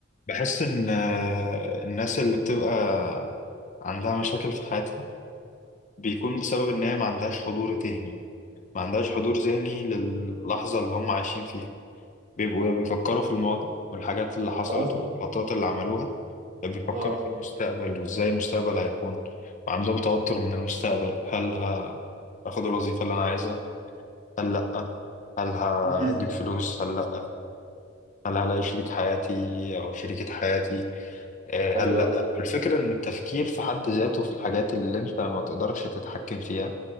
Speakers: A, on the left; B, on the right.
A: بحس إن آه، الناس اللي بتبقى عندها مشاكل في حياتها بيكون بسبب إن هي ما عندهاش حضور ذهني ما عندهاش حضور ذهني للحظة اللي هم عايشين فيها بيبقوا بيفكروا في الماضي والحاجات اللي حصلت
B: اه
A: والغلطات اللي عملوها بيفكروا
B: اه
A: في المستقبل وإزاي المستقبل هيكون وعندهم توتر من المستقبل هل ه- هاخد الوظيفة اللي أنا عايزها هل لأ هل هجيب
B: مم.
A: فلوس هل لأ هل هلاقي شريك حياتي أو شريكة حياتي آه،
B: ايوه
A: هلا والفكرة إن التفكير في حد ذاته في الحاجات اللي أنت ما تقدرش تتحكم فيها